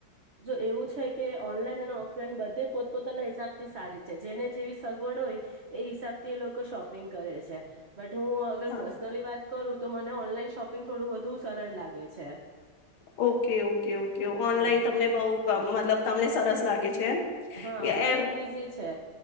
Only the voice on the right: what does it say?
જો એવું છે કે ઓનલાઈન અને ઓફલાઈન બધે પોતપોતાના હિસાબથી સારી છે. જેને જેવી સગવડ હોય, એ હિસાબથી, એ લોકો શોપિંગ કરે છે. બટ હું અગર
પર્સનલી વાત કરું તો મને ઓનલાઈન શોપિંગ થોડું વધુ સરળ લાગે છે.
હા
હા, મલબ
ઈઝી છે.